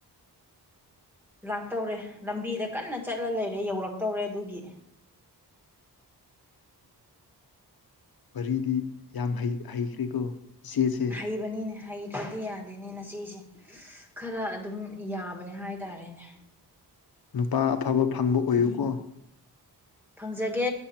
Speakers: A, in the centre; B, on the left.
A: ꯂꯥꯛꯇꯧꯔꯦ ꯂꯝꯕꯤꯗ ꯀꯟꯅ ꯆꯠꯂ ꯂꯩꯔꯦ ꯌꯧꯔꯛꯇꯧꯔꯦ ꯑꯗꯨꯒꯤ
B: ꯋꯥꯔꯤꯗꯤ ꯌꯥꯝ ꯍꯩꯈ꯭ꯔꯦꯀꯣ ꯏꯆꯦꯁꯦ
A: ꯍꯩꯕꯅꯤꯅꯦ ꯍꯩꯇ꯭ꯔꯗꯤ ꯌꯥꯗꯦꯅꯦꯅꯆꯦꯁꯦ ꯈꯔ ꯑꯗꯨꯝ ꯌꯥꯕꯅꯦ ꯍꯥꯏꯇꯥꯔꯦꯅꯦ
B: ꯅꯨꯄꯥ ꯑꯐꯕ ꯐꯪꯕ ꯑꯣꯏꯌꯨꯀꯣ
A: ꯐꯪꯖꯒꯦ